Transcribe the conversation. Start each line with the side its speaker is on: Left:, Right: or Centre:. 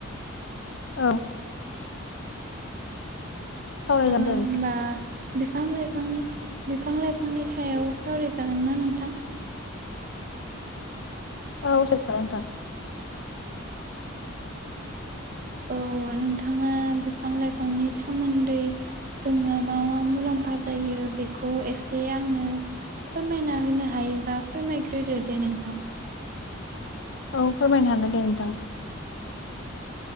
Left: औ सावरायजागोन
Right: आ होमबा
Left: दे नोंथां।
Right: बिफां लाइफांनि बिफां लाइफांनि सायाव सावरायजागोन ना नोंथां
Left: औ जायो नोंथां
Right: औ नोंथाङा बिफां लाइफांनि सोमोन्दै जोंनो मा मा मुलाम्फा जायो बेखौ एसे आंनो फोरमायना होनो हायोबा फोरमायग्रोदो दे नोंथां
Left: औ फोरमायनो हागोन दे नोंथां